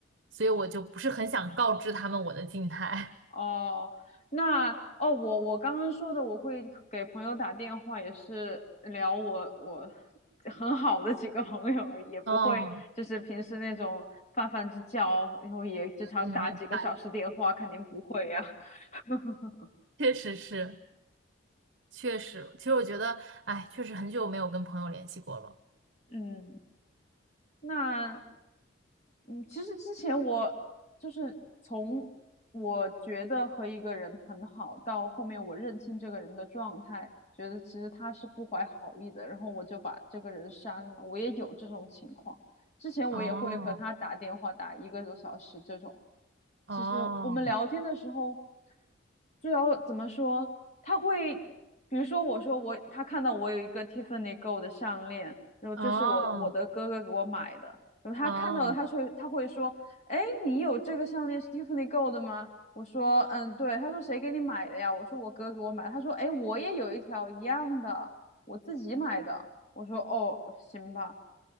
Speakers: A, on the right; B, on the left.
A: 所以我就不是很想告知他们我的静态。<laughs>
B: 哦，那哦，我我刚刚说的，我会给朋友打电话，也是聊我我很好的几个朋友而已，也不会就是平时那种泛泛之交，
A: 嗯
B: 然后也经常打几个小时电话，
A: 嗯，明白，
B: 肯定不会呀、<laughs>
A: 确实是，确实，其实我觉得，哎，确实很久没有跟朋友联系过了。
B: 嗯，那嗯，其实之前我就是从我觉得和一个人很好，到后面我认清这个人的状态，觉得其实他是不怀好意的，然后我就把这个人删了。我也有这种情况，之前我也会和他打电话打一个多小时这种。
A: 哦哦
B: 其实我们聊天的时候，就要怎么说？他会，比如说我说我，他看到我有一个 Tiffany Go 的项链，然后这是我我的哥哥给我买的。
A: 哦
B: 然后他看到了，
A: 哦，
B: 他说他会说，哎，你有这个项链是 Tiffany Gold 的吗？我说，嗯，对。他说谁给你买的呀？我说我哥给我买的他说，哎，我也有一条一样的，我自己买的。我说，哦，行吧。